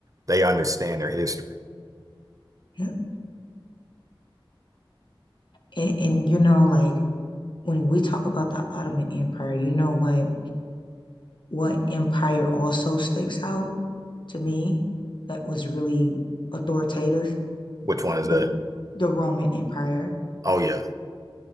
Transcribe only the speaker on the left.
yeah. And, and you know, like when we talk about the Ottoman Empire, you know what what empire also sticks out to me that was really authoritative?
The the,
the Roman Empire.